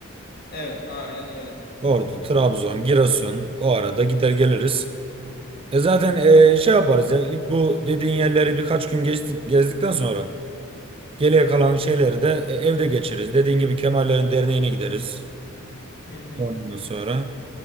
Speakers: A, on the left (about 50°); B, on the right (about 25°).
A: Evet aynen öyle.
B: Ordu, Trabzon, Giresun o arada gider geliriz. E zaten e, şey yaparız ya ilk bu dediğin yerleri birkaç gün geçtik, gezdikten sonra geriye kalan şeyleri de e, evde geçiririz. Dediğin gibi Kemallerin derneğine gideriz.
A: Hı hı.
B: Ondan sonra.